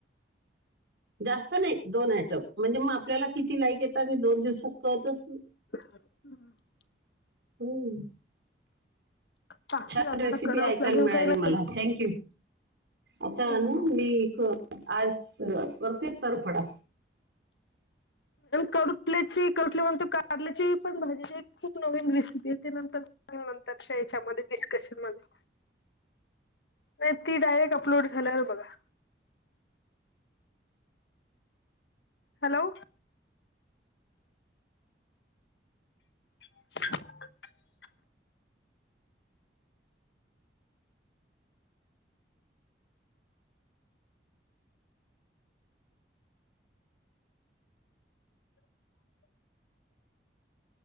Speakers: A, on the right; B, on the left.
A: जास्त नाही दोन आयटम म्हणजे मग आपल्याला किती लाईक येतात हे दोन दिवसात कळतच
B: हम् <unintelligible>
A: होम <unintelligible>
B: टाकते
A: छान
B: आता
A: रेसिपी
B: आता करावंच
A: ऐकायला
B: लागेल
A: मिळाली
B: काही नाही
A: मला, थँंक यू आता
B: हम्म.
A: ना मी एक आज परतीच तरफडा
B: करुटल्याची करुटली म्हणतो कारल्याची पण भाजीची खूप नवीन रेसिपी आहे ते नंतर पण नंतरच्या याच्यामध्ये डिस्कशन मध्ये.
A: ह <unintelligible>
B: नाही ती डायरेक्ट अपलोड झाल्यावर बघा. हॅलो. <unintelligible>
A: ह <unintelligible> ह <unintelligible>